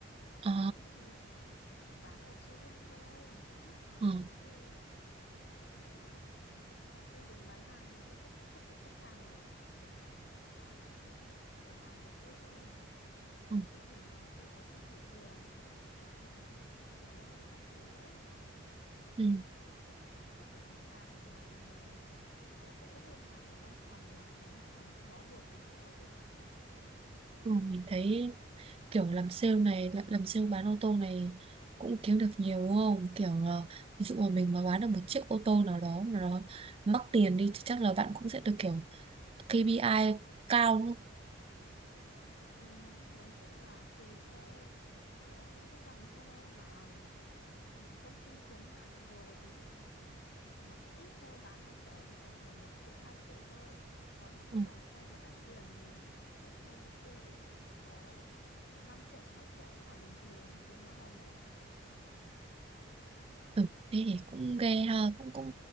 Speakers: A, on the right; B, on the left.
A: ờ
B: đấy thì bán ở showroom thôi cái lúc mà
A: ừ,
B: tôi À, tôi đứng bán hàng thì tôi tiếp xúc với khách hàng ở ở tại cửa hàng của tôi thôi. Đấy,
A: ừ,
B: thì thỉnh thoảng tôi có đi thị trường và kiểu như là đi phát tờ rơi các thứ ấy
A: ừ,
B: thì cũng tiếp xúc với khách hàng ở ngoài nhiều. Đã đỡ hơn làm ở văn phòng, làm ở văn phòng cứ bó buộc một chỗ tôi chán. lắm.
A: ừ, mình thấy kiểu làm sale này làm, làm sale bán ô tô này cũng kiếm được nhiều đúng không kiểu ờ, ví dụ mà mình mà bán được một chiếc ô tô nào đó mà nó mắc tiền đi thì chắc là bạn cũng sẽ được kiểu KPI cao luôn
B: Ừ, nói chung là tùy xe, Ờ, những cái dòng xe mà ừ, công ty khuyến mại rồi thì nó cũng ít thôi bán một xe thì tầm được một triệu hai triệu thôi còn những
A: ừ.
B: cái dòng xe mà đắt tiền thì có xe tôi có năm triệu 6 triệu cũng là bình thường tiền hoa hồng ấy
A: ừ. Thế thì cũng ghê ha cũng cũng